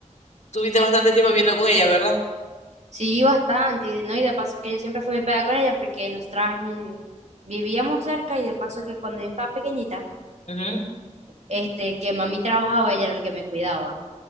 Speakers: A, on the left; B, on the right.
A: Tuviste bastante tiempo viviendo con ella, ¿verdad?
B: Sí, bastante, y, ¿no? Y de paso que yo siempre fui muy pegada con ella porque nosotras mm, vivíamos cerca y de paso que cuando yo estaba pequeñita,
A: Ujú.
B: este, que mami trabajaba, ella era el que me cuidaba.